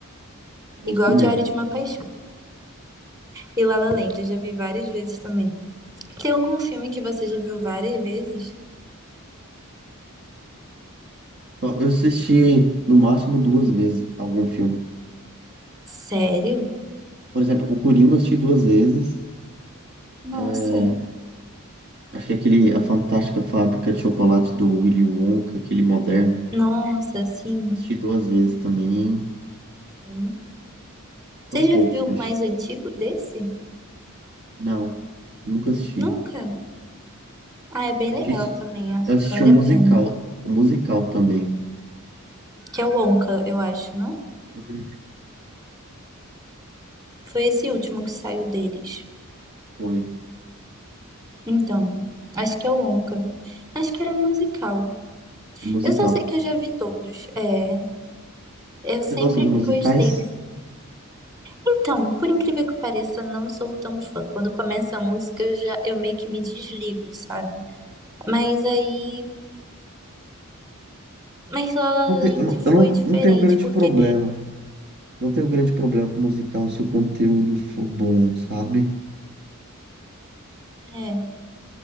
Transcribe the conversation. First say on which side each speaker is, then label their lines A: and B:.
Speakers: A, on the right (about 50°); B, on the right (about 20°).
A: Você gostou
B: Igual
A: mesmo.
B: Diário de uma Paixão. E La La Land, eu já vi várias vezes também. Tem algum filme que você já viu várias vezes?
A: Ó, Eu assisti no máximo duas vezes algum filme.
B: Sério?
A: Por exemplo, o Coringa eu assisti duas vezes.
B: Nossa,
A: É, Acho que é aquele, a Fantástica Fábrica de Chocolate do Willy Wonka, aquele moderno.
B: nossa, assim,
A: Assisti duas vezes também.
B: Hum.
A: São
B: Você já
A: poucos
B: viu
A: que
B: mais
A: eu assisti.
B: antigo desse?
A: Não, nunca assisti.
B: Nunca. Ah, é bem
A: Eu
B: legal
A: assisti, isso-
B: também, acho
A: eu assisti
B: que vale
A: um musical,
B: a pena.
A: um musical também.
B: Que é o Onca, eu acho, não?
A: Hum,
B: Foi esse último que saiu deles.
A: Foi,
B: Então, acho que é o Onca. Acho que era musical.
A: é musical.
B: Eu só sei que eu já vi todos. É, eu sempre
A: Você gosta de musicais?
B: gostei desse. Então, por incrível que pareça, não sou tão fã. Quando começa a música, eu já eu meio que me desligo, sabe? Mas aí, mas La La
A: Não
B: Land
A: te- eu não,
B: foi
A: eu não,
B: diferente,
A: não tenho grande
B: porque
A: problema. Não tenho grande problema com musical se o conteúdo for bom, sabe?
B: é,